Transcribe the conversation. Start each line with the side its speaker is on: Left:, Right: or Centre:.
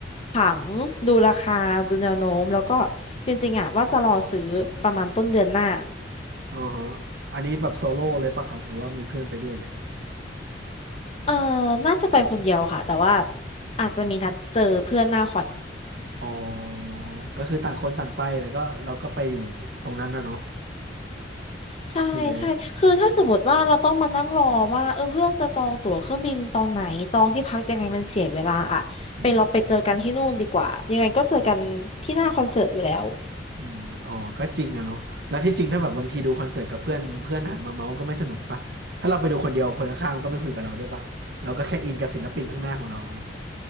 Left: ผังดูราคาดูแนวโน้มแล้วก็จริงๆอ่ะว่าจะรอซื้อประมาณต้นเดือนหน้า
Right: อ๋อฮะอันนี้แบบโซโล่เลยป่ะครับ หรือว่ามีเพื่อนไปด้วยเนี่ย
Left: เออน่าจะไปคนเดียวค่ะแต่ว่าอาจจะมีนัดเจอเพื่อนหน้าคอน
Right: อ๋อก็คือต่างคนต่างไปแล้วก็เราก็ไปอยู่ตรงนั้นนะเนาะ
Left: ใช่ใช่คือถ้าสมมติว่าเราต้องมานั่งรอว่าเออเพื่อนจะจองตั๋วเครื่องบินตอนไหนจองที่พักยังไงมันเสียเวลาอ่ะไปเราไปเจอกันที่นู่นดีกว่ายังไงก็เจอกันที่หน้าคอนเสิร์ตอยู่แล้ว
Right: ใช่ไหมอืมอืมอ๋อก็จริงอะเนาะแล้วที่จริงถ้าแบบบางทีดูคอนเสิร์ตกับเพื่อนเพื่อนหันมาเมาส์ก็ไม่สนุกป่ะถ้าเราไปดูคนเดียวคนข้างๆมันก็ไม่คุยกับเราด้วยป่ะเราก็แค่อินกับศิลปินข้างหน้าของเราไหม